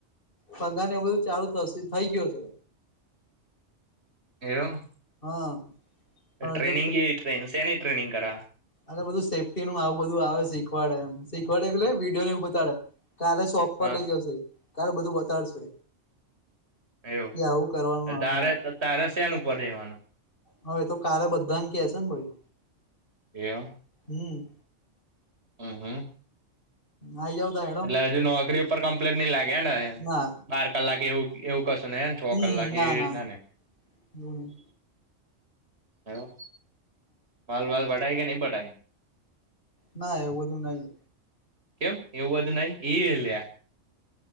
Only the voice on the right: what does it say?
એવુ
ટ્રેનિંગ
કેવી ટ્રેનિંગ સેની ટ્રેનિંગ કરા
હા
એવું
તારે
તાર શ્યાન ઉપર રહેેવાનું
એવુ
હમ હમ
એટલે હજુ નોકરી કમ્પ્લેટ નહી લાગે ને
બાર કલાક એવું એવું કશો ને એને છો
કલાકે
એવી રીતના
ને
એવું માલ બાલ પટાઈ કે નહિ પટાઈ
કેમ એવું બધું નહી એ લ્યા